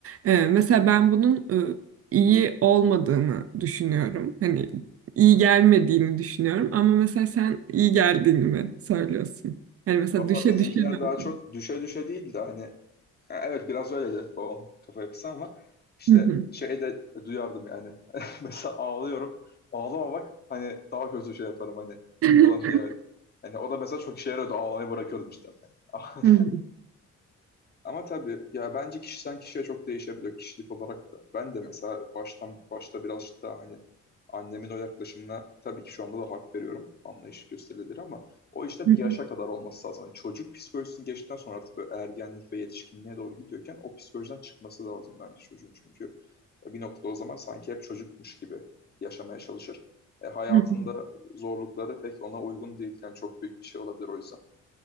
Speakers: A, on the right (about 50°); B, on the left (about 35°).
A: Ee, mesela ben bunun e, iyi olmadığını düşünüyorum. Hani iyi gelmediğini düşünüyorum. Ama mesela sen iyi geldiğini mi söylüyorsun? Hani mesela
B: Valla
A: düşe
B: benimkiler
A: düşe mi
B: daha
A: öğrendin?
B: çok düşe düşe değil de hani Ha, Evet biraz öyleydi babam kafa yapısı ama işte
A: Hı hı.
B: şey de duyardım yani. <laughs> Mesela ağlıyorum. Ağlama bak hani daha kötü şey yaparım hani
A: <laughs>
B: falan diye. Hani o da mesela çok işe yarıyordu. Ağlamayı bırakıyordum işte. <laughs>
A: Hı hı.
B: Ama tabii ya bence kişiden kişiye çok değişebiliyor kişilik olarak da. Ben de mesela baştan başta biraz daha hani annemin o yaklaşımına tabii ki şu anda da hak veriyorum. Anlayış gösterilir ama o işte
A: Hı
B: bir yaşa kadar olması lazım. Hani çocuk psikolojisini geçtikten sonra artık böyle ergenlik ve yetişkinliğe doğru gidiyorken o psikolojiden çıkması lazım bence çocuğun. Çünkü e, bir noktada o zaman sanki hep çocukmuş gibi yaşamaya çalışır. E, hayatında
A: hı.
B: zorlukları pek ona uygun değil. Yani çok büyük bir şey olabilir o yüzden.